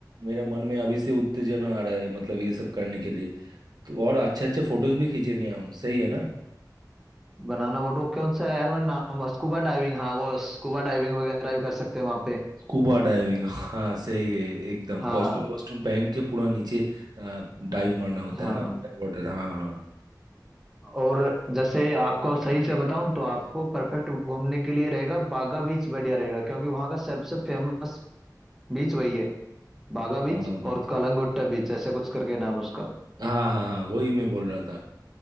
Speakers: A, on the right (about 65°); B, in the centre.
A: मेरा मन में अभी से उत्तेजना आ रहा है मतलब ये सब करने के लिए तो और अच्छे अच्छे फोटोज भी खींचेंगे हम सही है ना
B: बनाना बोट वो कौन सा है यार मैं नाम स्कूबा डाइविंग हाँ वो स्कूबा डाइविंग वगैरह भी कर सकते हैं वहाँ पे
A: स्कूबा डाइविंग हाँ सही है एकदम
B: हाँ
A: कॉस्ट्यूम वॉस्ट्यूम पहन के पूरा नीचे डाइव मारना होता
B: हाँ
A: है ना अंडर वाटर हाँ हाँ
B: और जैसे आपको सही से बताऊं तो आपको परफेक्ट घूमने के लिए रहेगा बागा बीच बढ़िया रहेगा क्योंकि वहाँ का सबसे फेमस बीच वही है बागा बीच
A: बागा बीच
B: और कलंगुट्टा बीच ऐसे कुछ करके नाम है उसका
A: हाँ हाँ हाँ वही मैं बोल रहा था